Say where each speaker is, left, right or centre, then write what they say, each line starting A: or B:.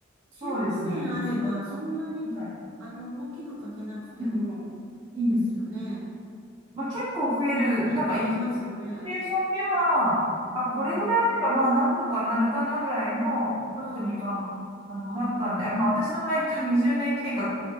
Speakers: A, on the right; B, on the right.
A: 15年あれば、
B: そうですね。
A: そんなにた、
B: はい。
A: あの、大きくかけなくてもいいですよね。
B: うん。うん。まあ、結構増える。
A: ね、
B: なんか一応、
A: 増えますよね。
B: シチュエーションでは、あ、これぐらいあれば、
A: うん。
B: まあ、なんとかなるかなぐらいの額には、
A: そうそうそう。
B: あの、
A: そうですよね。
B: なったんで、あ、まあ、私の場合一応20年計画